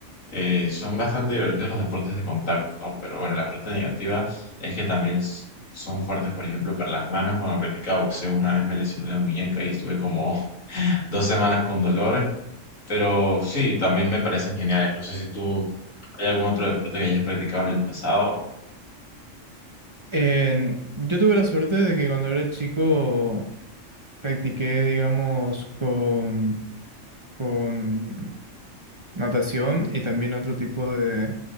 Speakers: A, on the left; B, on the right.
A: eh, son bastante divertidos los deportes de contacto, ¿no? Pero bueno, la parte negativa es que también s- son fuertes, por ejemplo, para las manos. Cuando practicaba boxeo una vez me lesioné la muñeca y estuve como <laughs> dos semanas con dolor, pero sí, también me parecen geniales. No sé si tú hay algún otro deporte que hayas practicado en el pasado.
B: En- yo tuve la suerte de que cuando era chico practiqué, digamos, con, con natación y también otro tipo de,